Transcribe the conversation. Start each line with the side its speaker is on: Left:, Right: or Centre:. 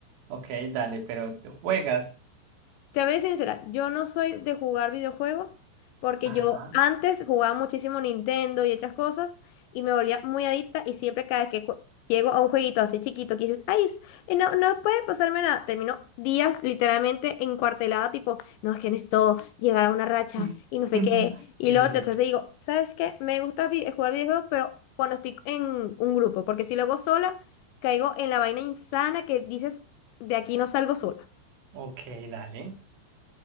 Right: Ok, dale, pero ¿te juegas.
Left: Te voy a ser sincera, yo no soy de jugar videojuegos porque
Right: Ajá.
Left: yo antes jugaba muchísimo Nintendo y otras cosas y me volvía muy adicta y siempre cada vez que cu- llego a un jueguito así chiquito que dices, ay, s- eh, no, no puede pasarme nada, termino días literalmente encuartelada tipo, no, es que necesito llegar a una racha
Right: <laughs>
Left: y no sé qué. Y
Right: Sí,
Left: luego
Right: sí, sí.
Left: te- entonces digo, ¿sabes qué? Me gusta vi- jugar videojuegos, pero cuando estoy en un grupo, porque si lo hago sola, caigo en la vaina insana que dices, de aquí no salgo sola.
Right: Ok, dale.